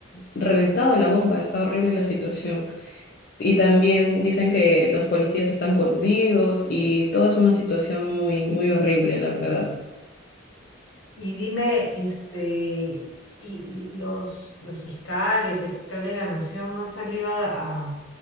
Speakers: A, on the left (about 50°); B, on the left (about 80°).
A: reventado la bomba. Está horrible la situación. Y también dicen que los policías están coludidos y toda es una situación muy, muy horrible, la verdad.
B: Y dime, este, y los, los fiscales, el fiscal de la nación, ¿no han salido a, a-